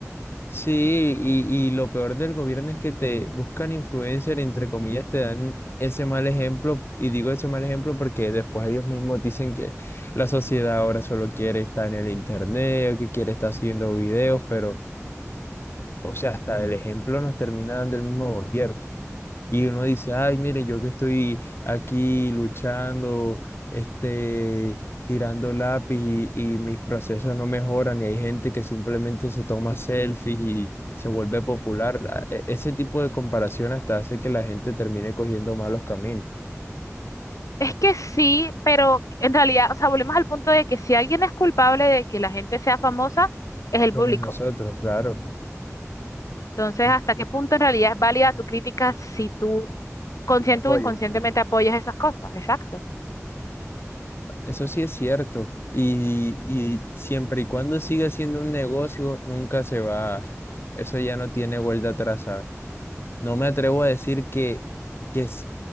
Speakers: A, on the left; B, on the left.
A: sí, y, y lo peor del gobierno es que te buscan influencer, entre comillas, te dan ese mal ejemplo, y digo ese mal ejemplo porque después ellos mismos dicen que la sociedad ahora solo quiere estar en el internet, o que quiere estar haciendo videos, pero, o sea, hasta el ejemplo nos termina dando el mismo gobierno. Y uno dice, ay, miren, yo que estoy aquí luchando, este, tirando lápiz y, y mis procesos no mejoran, y hay gente que simplemente se toma selfies y se vuelve popular. La- e- Ese tipo de comparación hasta hace que la gente termine cogiendo malos caminos,
B: Es que sí, pero en realidad, o sea, volvemos al punto de que si alguien es culpable de que la gente sea famosa, es el
A: como
B: público.
A: nosotros, claro.
B: Entonces,
A: Eh,
B: ¿hasta
A: sí,
B: qué punto en realidad es válida tu crítica si tú consciente
A: Lo apoyas.
B: o inconscientemente apoyas esas cosas? Exacto.
A: Eso sí es cierto. Y, y siempre y cuando siga siendo un negocio, nunca se va. Eso ya no tiene vuelta atrás, ¿sabes? No me atrevo a decir que, que es-